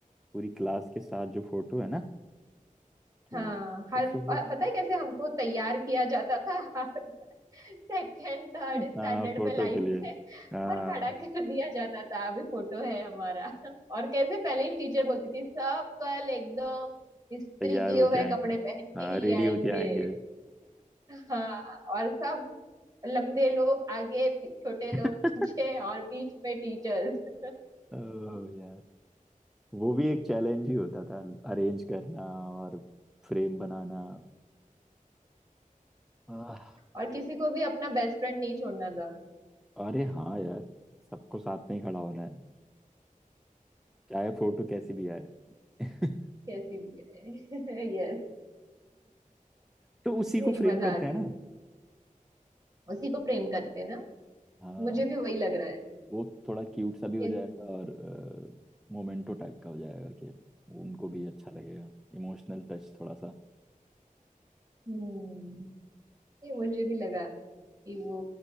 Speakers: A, in the centre; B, on the right.
A: पूरी क्लास के साथ जो फोटो है ना तो
B: हाँ हर
A: उसको
B: अ, पता है कैसे हमको तैयार किया जाता था <laughs> सेकेंड थर्ड
A: हाँ
B: स्टैंडर्ड
A: फोटो
B: में लाइन
A: के लिए
B: से
A: हाँ
B: और खड़ा कर दिया जाता था अभी फोटो है हमारा और कैसे पहले ही टीचर बोलती थी सब कल एकदम इस्त्री
A: तैयार
B: किए
A: होके
B: हुए
A: आएंगे
B: कपड़े पहन के
A: हाँ
B: ही
A: रेडी
B: आएंगे
A: होके आएंगे
B: हाँ और सब लंबे लोग आगे पी- छोटे
A: <laughs>
B: लोग पीछे और बीच में टीचर्स
A: ओह यार वो भी एक चैलेंज ही होता था अरेंज करना और फ्रेम बनाना आह,
B: और किसी को भी अपना बेस्ट फ्रेंड नहीं छोड़ना था
A: अरे हाँ यार सबको साथ में ही खड़ा होना है चाहे फोटो कैसी भी आए <laughs>
B: कैसी भी है <laughs> यस
A: तो उसी
B: नहीं
A: को फ्रेम
B: मजा
A: करते
B: आ
A: हैं
B: गई
A: ना
B: उसी को प्रेम करते हैं ना
A: हाँ
B: मुझे भी वही लग रहा है
A: वो थोड़ा क्यूट सा भी हो
B: कि-
A: जाएगा और मोमेंटो टाइप का हो जाएगा कि उनको भी अच्छा लगेगा इमोशनल टच थोड़ा सा
B: हम्म नहीं मुझे भी लगा कि वो